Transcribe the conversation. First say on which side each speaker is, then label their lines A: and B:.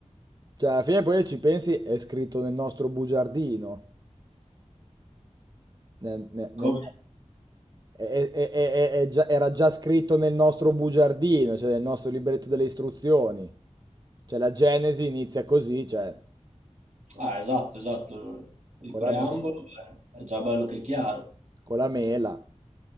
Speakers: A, on the right; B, on the right.
A: Cioè, alla fine poi ci pensi, è scritto nel nostro bugiardino. Nel- nel- nel-
B: Come
A: è- è- è- è- è già- era già scritto nel nostro bugiardino, cioè nel nostro libretto delle istruzioni. Cioè, la Genesi inizia così, cioè,
B: Ah, esatto, esatto. Il
A: con
B: preambolo
A: la, me-
B: beh, è già bello che è chiaro.
A: con la mela.